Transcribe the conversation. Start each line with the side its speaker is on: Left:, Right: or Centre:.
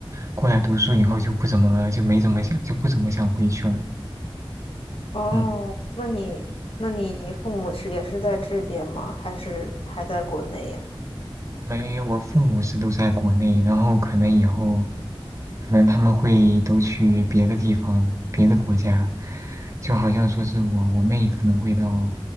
Right: 过来读书以后就不怎么，就没怎么想，就不怎么想回去了，
Left: 哦，
Right: 嗯。
Left: 那你那你父母是也是在这边吗？还是还在国内呀？
Right: 没，我父母是都在国内，然后可能以后，可能他们会都去别的地方、别的国家，就好像说是我我妹可能会到